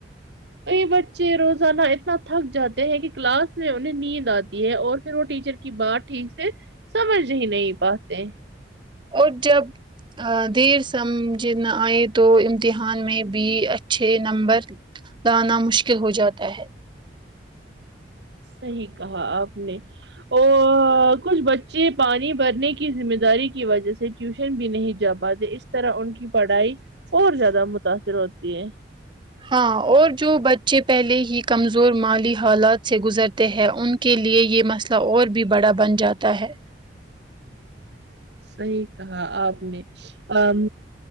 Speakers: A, on the right; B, on the right.
A: یہ بچے روزانہ اتنا تھک جاتے ہیں کہ کلاس میں انہیں نیند آتی ہے اور پھر وہ ٹیچر کی بات ٹھیک سے سمجھ ہی نہیں پاتے
B: اور جب دیر سمجھ نہ آئے تو امتحان میں بھی اچھے نمبر لانا مشکل ہو جاتا ہے
A: صحیح کہا آپ نے اور کچھ بچے پانی بھرنے کی ذمہ داری کی وجہ سے ٹیوشن بھی نہیں جا پاتے اس طرح ان کی پڑھائی اور زیادہ متاثر ہوتی ہے
B: ہاں اور جو بچے پہلے ہی کمزور مالی حالات سے گزرتے ہیں ان کے لیے یہ مسئلہ اور بھی بڑا بن جاتا ہے
A: صحیح کہا آپ نے ام